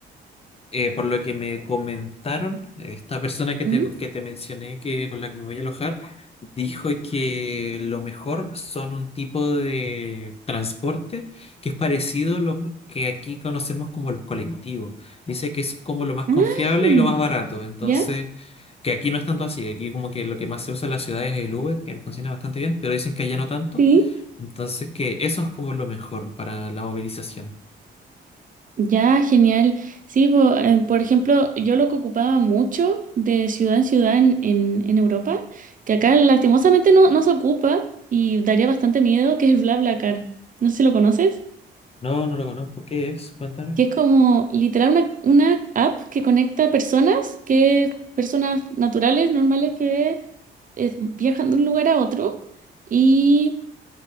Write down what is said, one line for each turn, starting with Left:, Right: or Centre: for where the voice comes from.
Left: Eh, por lo que me comentaron, esta persona que
Right: ¿Mm?
Left: te, que te mencioné, que con la que me voy a alojar, dijo que lo mejor son un tipo de transporte que es parecido a lo que aquí conocemos como los colectivos. Dice que es como lo más confiable
Right: Mm,
Left: y lo más barato. Entonces,
Right: ¿ya?
Left: que aquí no es tanto así. Aquí como que lo que más se usa en la ciudad es el Uber, que funciona bastante bien, pero dicen que allá no tanto.
Right: Sí.
Left: Entonces, que eso es como lo mejor para la movilización.
Right: Ya, genial. Sí, po- eh, por ejemplo, yo lo que ocupaba mucho de ciudad en ciudad en, en, en Europa, que acá lastimosamente no, no se ocupa y daría bastante miedo, que es BlaBlaCar. No sé si lo conoces.
Left: No, no lo conozco. ¿Qué es? Cuéntame.
Right: que es como literal una, una app que conecta personas, que personas naturales, normales, que eh, viajan de un lugar a otro y